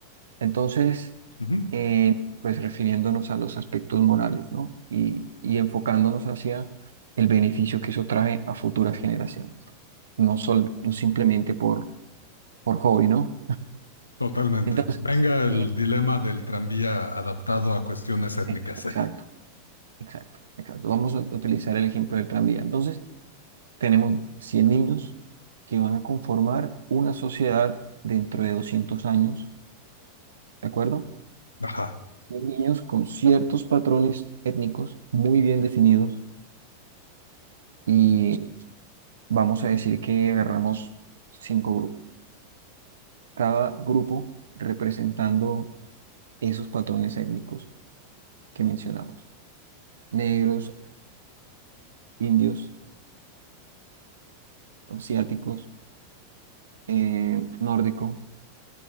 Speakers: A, on the right; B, on the left.
A: Entonces,
B: Ujú.
A: eh, pues refiriéndonos a los aspectos morales, ¿no? Y, y enfocándonos hacia el beneficio que eso trae a futuras generaciones, no, sol- no simplemente por, por hobby, ¿no?
B: Totalmente.
A: Entonces,
B: Venga el
A: eh,
B: dilema del tranvía adaptado a cuestiones étnicas.
A: eh, Exacto.
B: <laughs>
A: Exacto, exacto. Vamos a utilizar el ejemplo del tranvía. Entonces, tenemos 100 niños que van a conformar una sociedad dentro de 200 años, ¿de acuerdo?
B: Ajá.
A: 100 niños con ciertos patrones étnicos muy bien definidos y vamos a decir que agarramos cinco grupos, cada grupo representando esos patrones étnicos que mencionamos. Negros, indios, asiáticos, eh, nórdicos